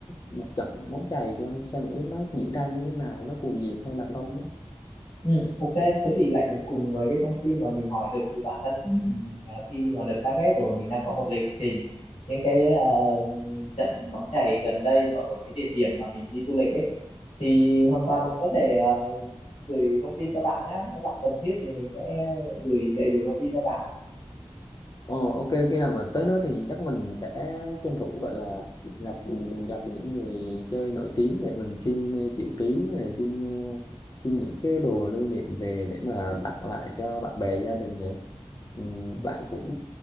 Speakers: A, on the left; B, on the left.
A: một trận bóng chày cho xem nó diễn ra như thế nào nó cuồng nhiệt hay là không
B: ừ, ok thế thì lại cùng với cái thông tin mà mình hỏi được từ bản thân của mình ờ, khi mà được xác ghét rồi mình đang có một lịch trình những cái ờ, trận bóng chày gần đây mà ở cái địa điểm mà mình đi du lịch ấy thì hoàn toàn
A: á.
B: mình có thể ờ, gửi thông tin cho bạn nhé nếu bạn cần thiết thì mình sẽ gửi đầy đủ thông tin cho bạn
A: Ờ, ok khi nào mà tới đó thì chắc mình sẽ tranh thủ gọi là gặp gặp những người chơi nổi tiếng để mình xin ờ, chữ ký này xin ờ, xin những cái đồ lưu niệm về để mà tặng lại cho bạn bè gia đình này ừ,
B: ừ,
A: bạn cũng